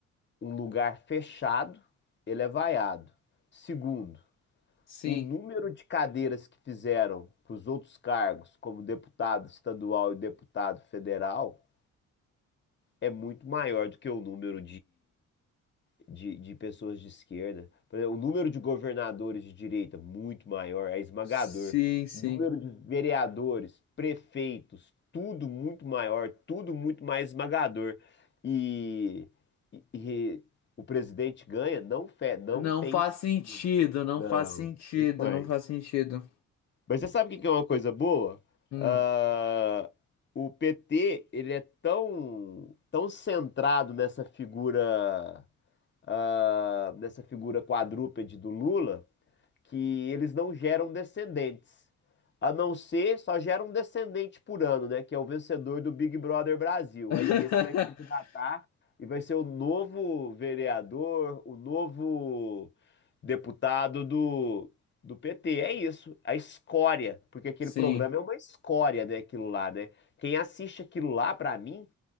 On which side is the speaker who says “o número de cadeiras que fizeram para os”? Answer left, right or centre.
Left